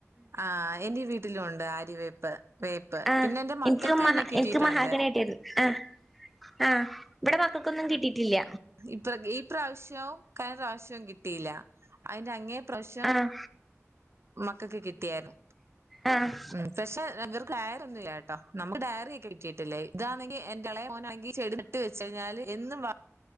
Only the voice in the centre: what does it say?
ആഹ്
എനിക്ക് മഹ
എനിക്ക് മഹാഗണി കിട്ടിയിരുന്നു ആഹ് ആഹ് ഇവിടെ മക്കക്കൊന്നും കിട്ടിയിട്ടില്ല
ആഹ്
ആഹ്